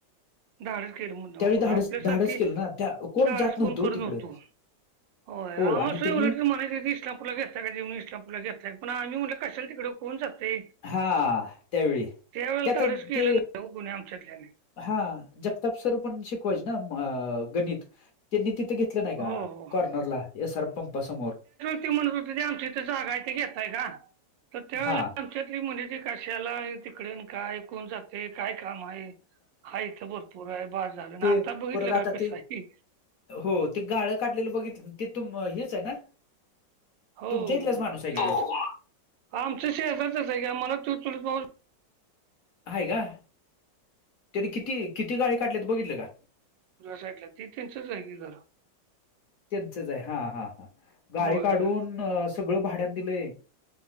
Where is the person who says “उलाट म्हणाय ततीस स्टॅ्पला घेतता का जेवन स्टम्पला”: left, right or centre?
Right